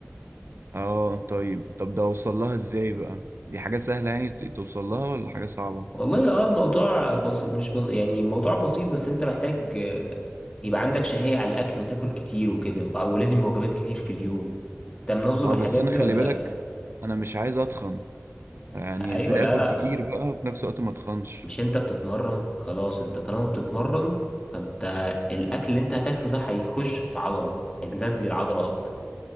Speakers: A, on the right (about 60°); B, on the left (about 20°).
A: آه طيب طب ده أوصل لها إزاي بقى دي حاجة سهلة يعني توصل لها ولا حاجة صعبة
B: والله اه الموضوع بس... مش بس... يعني موضوع بسيط بس انت محتاج آه، يبقى عندك شهية على الأكل وتاكل كتير وكده و- ولازم وجبات كتير في اليوم انت منظم
A: آه
B: الحاجات
A: بس أنا
B: دي
A: خلي
B: ولا
A: بالك
B: لأ؟
A: أنا مش عايز أتخن فيعني
B: أيوة
A: إزاي
B: لا
A: آكل
B: لا
A: كتير بقى وفي نفس الوقت ما أتخنش
B: مش انت بتتمرن خلاص انت طالما بتتمرن فانت الأكل اللي انت هتاكله ده هيخش في عضلة هيتغذي العضلة أكتر